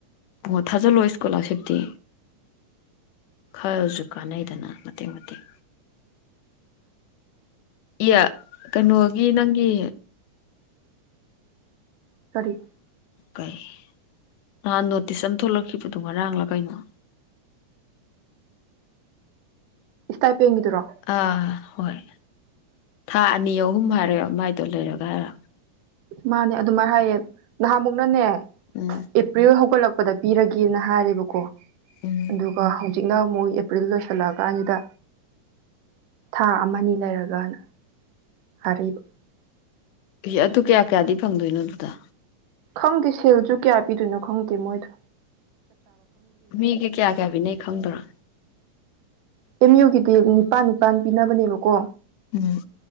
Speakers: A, on the left; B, on the right.
A: ꯑꯣ ꯊꯥꯖꯜꯂꯣ ꯏꯁꯀꯣꯂꯔꯁꯤꯞꯇꯤ ꯈꯔꯁꯨ ꯀꯥꯟꯅꯩꯗꯅ ꯃꯇꯦꯛ ꯃꯇꯦꯛ ꯏ ꯀꯩꯅꯣꯒꯤ ꯅꯪꯒꯤ
B: ꯀꯔꯤ
A: ꯀꯩ ꯅꯍꯥꯟ ꯅꯣꯇꯤꯁ ꯑꯃ ꯊꯣꯛꯂꯛꯈꯤꯕꯗꯣ ꯉꯔꯥꯡꯂ ꯀꯩꯅꯣ
B: ꯏꯁꯇꯥꯏꯄꯦꯟꯒꯤꯗꯨꯔꯣ
A: ꯑꯥ ꯍꯣꯏ ꯊꯥ ꯑꯅꯤ ꯑꯍꯨꯝ ꯍꯥꯏꯔꯒ ꯃꯥꯏꯗꯣ ꯂꯩꯔꯒ ꯍꯥꯏꯔ
B: ꯃꯥꯅꯦ ꯑꯗꯨꯃꯥꯏꯅ ꯍꯥꯏꯌꯦ ꯅꯍꯥꯟꯃꯨꯛꯅꯅꯦ ꯑꯦꯄ꯭ꯔꯤꯜ
A: ꯎꯝ
B: ꯍꯧꯒꯠꯂꯛ ꯄꯗ ꯄꯤꯔꯒꯦꯅ ꯍꯥꯏꯔꯦꯕꯀꯣ
A: ꯎꯝ
B: ꯑꯗꯨꯒ ꯍꯧꯖꯤꯛꯅ ꯃꯣꯏ ꯑꯦꯄ꯭ꯔꯤꯜ ꯂꯣꯏꯁꯜꯂꯛꯑꯀꯥꯟꯒꯤꯗ ꯊꯥ ꯑꯃꯅꯤ ꯂꯩꯔꯒ <unintelligible>
A: ꯑꯦ ꯑꯗꯨ ꯀꯌꯥ ꯀꯌꯥꯗꯤ ꯐꯪꯗꯣꯏꯅꯣ ꯑꯗꯨꯗ
B: ꯈꯪꯗꯦ ꯁꯦꯜꯁꯨ ꯀꯌꯥ ꯄꯤꯗꯣꯏꯅꯣ ꯈꯪꯗꯦ ꯃꯣꯏꯗꯨ
A: ꯃꯤꯒꯤ ꯀꯌꯥ ꯀꯌꯥꯕꯤꯅꯩ ꯈꯪꯗꯔꯣ
B: ꯑꯝꯃꯤꯌꯨꯒꯤ ꯅꯤꯄꯥꯟ ꯅꯤꯄꯥꯟ ꯄꯤꯅꯕꯅꯦꯕ ꯀꯣ
A: ꯎꯝ